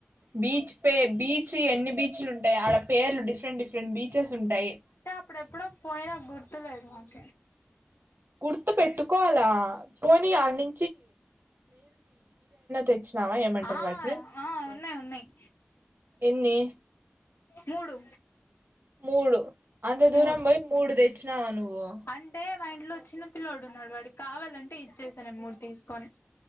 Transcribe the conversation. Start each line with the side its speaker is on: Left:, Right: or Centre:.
Right: బీచ్ పే బీచ్ ఎన్ని బీచ్లు ఉంటాయి ఆడ పేర్లు డిఫరెంట్ డిఫరెంట్ బీచెస్ ఉంటాయి
Left: ఆప్పుడు ఎప్పుడో పోయిన గుర్తులేదు మరి
Right: గుర్తు పెట్టు కోవాలా పోనీ అనీ తెచ్చినావా ఏమంటారు
Left: ఆ
Right: వాటిని
Left: ఆ ఉన్నాయ్ ఉన్నాయ్
Right: ఎన్నీ
Left: మూడు
Right: మూడు అంత దూరం
Left: మూడు
Right: పోయి మూడు తెచ్చినావ నువ్వు
Left: అంటే మా ఇంట్లో చిన్న పిల్లోడు ఉన్నాడు వాడికి కావాలంటే ఇచ్చేసాను మూడు తీసుకొని